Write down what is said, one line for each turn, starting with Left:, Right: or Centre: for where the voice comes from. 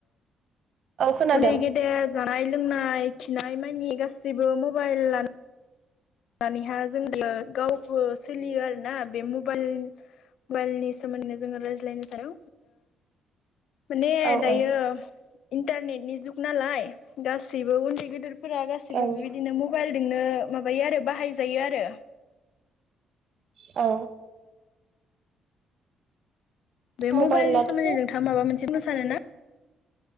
Right: खोनादों
Left: उनदै गेदेर जानाय लोंनाय खिनाय मानि गासिबो मबाइल लानो लानानैहा जों बे गावखौ सोलियो आरोना बे मबाइल मबाइलनि सोमोन्दै जोङो रायज्लायनो सानो माने
Right: औ
Left: दायो
Right: औ
Left: इन्टारनेटनि जुग नालाय गासैबो उन्दै गेदेर फोरा गासिबो
Right: ओं
Left: बिबायदिनो मबाइल जोंनो माबायो आरो बाहाय जायो आरो
Right: औ
Left: बे
Right: मबाइलाथ'
Left: मबाइलनि सोमोन्दै नोंथाङा माबा मोनसे मोसानो ना?